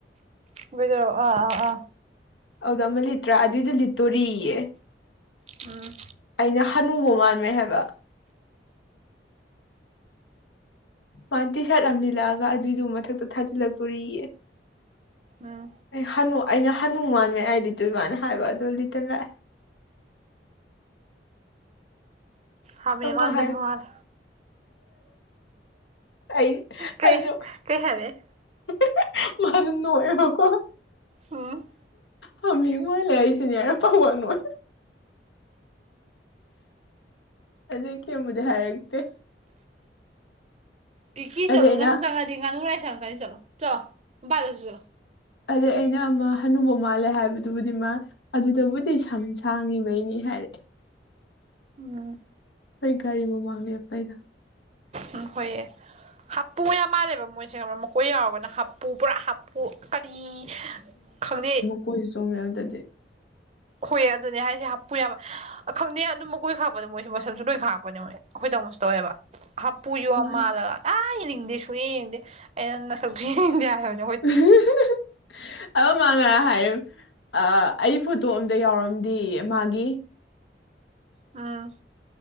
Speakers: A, on the right; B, on the left.
A: ꯑꯣꯏꯗꯔꯣꯑꯣ ꯑꯥ ꯑꯥ
B: ꯑꯗꯨꯗ ꯑꯃ ꯂꯤꯠꯇ꯭ꯔꯥ ꯑꯗꯨꯏꯗꯣ ꯂꯤꯠꯇꯣꯔꯤꯌꯦ
A: ꯎꯝ
B: ꯑꯩꯅ ꯍꯅꯨꯕ ꯃꯥꯟꯕꯃꯦ ꯍꯥꯏꯕ ꯋꯥꯟꯇꯤꯁꯠ ꯑꯝ ꯂꯤꯜꯂꯛꯑꯒ ꯑꯗꯨꯏꯗꯨ ꯃꯊꯛꯇ ꯊꯥꯖꯤꯜꯂꯛꯇꯣꯔꯤꯌꯦ
A: ꯎꯝ
B: ꯑꯦ ꯍꯅꯨ ꯑꯩꯅ ꯍꯅꯨ ꯃꯥꯟꯃꯩ ꯑꯥꯏ ꯂꯤꯇꯣꯏꯕꯥꯅ ꯍꯥꯏꯕ ꯑꯗꯨ ꯂꯤꯇꯟ ꯂꯥꯛꯑꯦ
A: ꯍꯥꯃꯦ
B: ꯑꯃ
A: ꯃꯥꯟꯗ
B: ꯍꯥꯏ
A: ꯃꯥꯜꯂꯦ
B: ꯑꯩ
A: ꯀꯩ
B: ꯑꯩꯖꯨ ꯍꯍꯦꯍꯦ
A: ꯀꯩ ꯍꯥꯏꯔꯛꯑꯦ
B: ꯃꯥꯗꯨ ꯅꯣꯛꯑꯦꯕꯀꯣ
A: ꯎꯝ
B: ꯍꯥꯃꯤꯡ ꯃꯥꯜ ꯂꯩ ꯑꯩꯁꯤꯅꯦꯔ ꯐꯥꯎꯕꯥꯜꯅꯣꯏ ꯑꯗꯩ ꯀꯌꯦꯝ ꯕꯨꯗꯤ ꯍꯥꯏꯛꯇꯦ
A: ꯇꯤꯀꯤ
B: ꯑꯗꯩ
A: ꯆꯠꯂꯣ
B: ꯑꯩꯅ
A: ꯅꯪ ꯆꯪꯉꯗꯤ ꯉꯥꯅꯨꯔꯥꯏ ꯆꯪꯀꯅꯤ ꯆꯠꯂꯣ ꯆꯂꯣ ꯃꯕꯥꯜꯂꯩꯔꯨꯆꯣ ꯆꯂꯣ
B: ꯑꯗꯨ ꯑꯩꯅ ꯑꯃ ꯍꯅꯨꯕ ꯃꯥꯜꯂꯦ ꯍꯥꯏꯕꯗꯨꯕꯨꯗꯤ ꯃꯥ ꯑꯗꯨꯗ ꯕꯨꯠ ꯗꯤ ꯁꯝ ꯁꯥꯡꯉꯤꯕꯩꯅꯤ ꯍꯥꯏꯔꯦ
A: ꯎꯝ
B: ꯑꯩ ꯒꯥꯔꯤ ꯃꯃꯥꯡ ꯂꯦꯞꯄꯩꯗꯣ
A: ꯎꯝ ꯍꯣꯏꯌꯦ ꯍꯥꯞꯄꯨ ꯌꯥꯝ ꯃꯥꯜꯂꯦꯕ ꯃꯣꯏꯁꯦ ꯈꯪꯕꯔꯥ ꯃꯀꯣꯏ ꯌꯥꯎꯔꯒꯅ ꯍꯥꯞꯄꯨ ꯄꯨꯔꯥ ꯍꯥꯞꯄ ꯄꯨ ꯀꯔꯤ ꯈꯪꯗꯦ
B: ꯀꯣꯏ ꯆꯣꯡꯉꯦ ꯑꯧꯗꯗꯤ
A: ꯍꯣꯏ ꯑꯗꯨꯅꯦ ꯍꯥꯏꯁꯦ ꯍꯥꯞꯄꯨ ꯌꯥꯕ ꯑ ꯈꯪꯗꯦ ꯑꯗꯨꯝ ꯃꯀꯣꯏ ꯈꯥꯛꯄꯗ ꯃꯣꯏꯁꯨ ꯃꯁꯝꯁꯨ ꯂꯣꯏ ꯈꯥꯛꯄꯅꯦ ꯃꯣꯏ ꯑꯈꯣꯏ ꯇꯥꯝꯃꯣꯁꯨ ꯇꯧꯋꯦꯍꯕ ꯍꯥꯞꯄꯨ ꯌꯣ
B: ꯍꯣꯏ
A: ꯃꯥꯜꯂꯒ ꯑꯗꯥ ꯌꯦꯅꯤꯡꯗꯦ ꯁꯨꯌꯦ ꯌꯦꯡꯅꯤꯡꯗꯦ ꯑꯩꯅ ꯅꯁꯛꯇꯨ ꯌꯦꯡꯅꯤꯡꯗꯦ ꯍꯥꯏꯕꯟ
B: ꯍꯨꯍꯨꯍꯨ ꯑꯧꯒ ꯃꯥ ꯉꯔꯥ ꯍꯥꯏꯔꯤꯝ ꯑ ꯑꯩ ꯐꯣꯇꯣ ꯑꯝꯗ ꯌꯥꯎꯔꯝꯗꯤꯌꯦ ꯃꯥꯒꯤ
A: ꯑꯝ